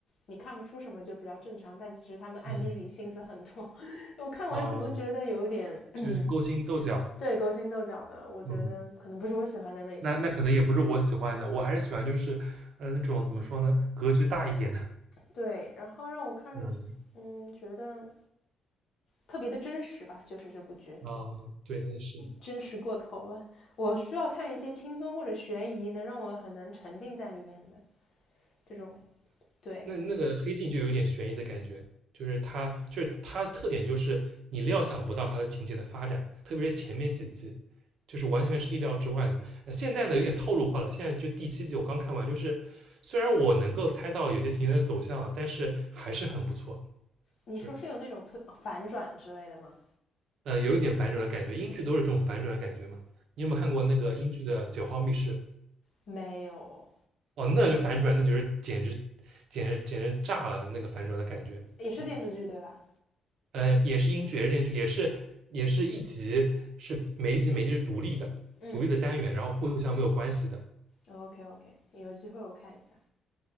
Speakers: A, on the left (about 60°); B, on the right (about 70°).
A: 你看不出什么就比较正常，但其实他们暗地里心思很多。
B: 嗯，
A: <laughs> 我看完怎么觉得有点
B: 啊，
A: <clears throat>
B: 就是勾心斗角。
A: <coughs> 对勾心斗角的，我觉得可能不是我喜欢的类型。
B: 嗯，那那可能也不是我喜欢的，我还是喜欢就是，嗯，那种怎么说呢，格局大一点的。
A: 对，然后让我看，
B: 嗯，
A: 嗯，觉得特别的真实吧，就是这部剧。
B: 啊，对，那是。
A: 真实过头了。我需要看一些轻松或者悬疑，能让我很能沉浸在里面的这种。对，
B: 那那个黑镜就有点悬疑的感觉，就是它就是它的特点就是你料想不到它的情节的发展，特别是前面几季，就是完全是意料之外的。呃现在呢有点套路化了，现在就第七季我刚看完，就是虽然我能够猜到有些情节的走向，但是还是很不错。
A: 你说是有那种特反转之类的吗？
B: 对，呃，有一点反转的感觉，英剧都是这种反转的感觉嘛。你有没有看过那个英剧的《九号密室》？
A: 没有，
B: 哦，那就反转，那就是简直简直简直炸了那个反转的感觉。
A: 也是电视剧对吧？
B: 嗯，呃，也是英剧，也是电视剧，也是也是一集是每一集每一集是独立的，
A: 嗯
B: 独立的单元，然后互相没有关系的。
A: ，OK OK，有机会我看一下。